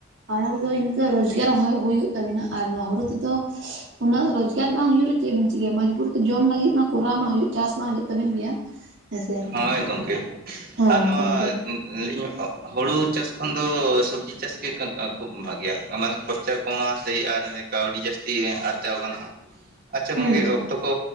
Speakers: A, on the right; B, on the right.
A: ᱟᱨ ᱚᱱᱟ ᱛᱮᱫᱚ ᱤᱱᱠᱟᱹ ᱨᱚᱡᱽᱜᱟᱨ ᱦᱚᱸ ᱦᱩᱭᱩᱜ ᱛᱟᱵᱤᱱᱟ ᱟᱨ ᱱᱚᱣᱟ ᱦᱩᱲᱩ ᱛᱮᱫᱚ ᱩᱱᱟᱹᱜ ᱨᱳᱡᱽᱜᱟᱨ ᱵᱟᱝ ᱦᱩᱭᱩᱜ ᱨᱮ ᱪᱮᱫ ᱵᱤᱱ ᱪᱤᱠᱟᱹᱭᱟ ᱢᱚᱡᱽᱵᱩᱨ ᱫᱚ ᱡᱚᱢ ᱞᱟᱹᱜᱤᱫ ᱢᱟ ᱠᱚᱨᱟᱣ ᱢᱟ ᱦᱩᱭᱩᱜ ᱪᱟᱥ ᱢᱟ ᱦᱩᱭᱩᱜ ᱛᱟᱵᱮᱱ ᱜᱮᱭᱟ᱾ ᱦᱮᱸᱥᱮ
B: ᱦᱳᱭ ᱜᱚᱢᱠᱮ
A: ᱦᱚᱸ
B: ᱟᱨ ᱱᱚᱣᱟ
A: ᱜᱚᱝᱠᱮ
B: ᱞᱟᱹᱭ ᱧᱚᱜ ᱦᱩᱲᱩ ᱪᱟᱥ ᱠᱷᱚᱱ ᱫᱚ ᱥᱚᱵᱽᱡᱤ ᱪᱟᱥᱜᱮ ᱠᱷᱩᱵ ᱵᱷᱟᱮᱜᱭᱟ ᱚᱱᱟ ᱫᱚ ᱠᱷᱚᱨᱪᱟ ᱠᱚᱢ ᱟ ᱛᱮ ᱟᱨ ᱠᱟᱹᱣᱰᱤ ᱡᱟᱹᱥᱛᱤ ᱟᱨᱡᱟᱣ ᱜᱟᱱᱚᱜᱼᱟ ᱟᱪᱪᱷᱟ
A: ᱦᱩᱸ
B: ᱜᱚᱝᱠᱮ ᱚᱠᱛᱚ ᱠᱚ